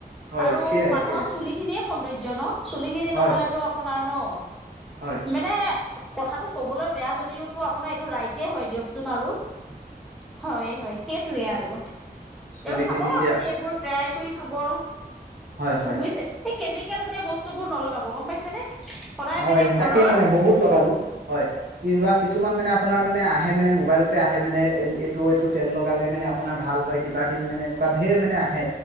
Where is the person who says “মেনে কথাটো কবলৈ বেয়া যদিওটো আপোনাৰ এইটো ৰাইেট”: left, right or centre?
Centre